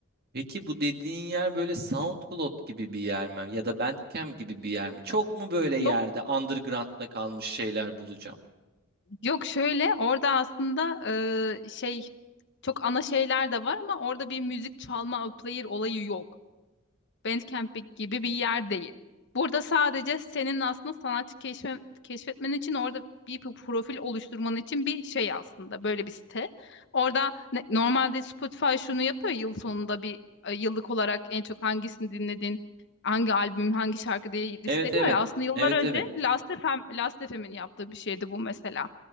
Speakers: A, on the right; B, on the left.
A: Peki bu dediğin yer böyle SoundCloud gibi bir yer mi? Ya da Bandcamp gibi bir yer mi? Çok mu böyle yerde
B: Yok
A: underground'da kalmış şeyler bulacağım?
B: yok şöyle orada aslında e, şey çok ana şeyler de var ama orada bir müzik çalma player olayı yok. Bandcamp gibi bir yer değil. Burada sadece senin aslında sanatçı keşfe, keşfetmen için orada bir p- profil oluşturman için bir şey aslında böyle bir site. Orada ne- normalde Spotify şunu yapıyor yıl sonunda bir e, yıllık olarak en çok hangisini dinledin, hangi albüm, hangi şarkı diye listeliyor
A: Evet evet.
B: ya. Aslında yıllar
A: Evet
B: önce
A: evet.
B: Last FM, Last FM'in yaptığı bir şeydi bu mesela.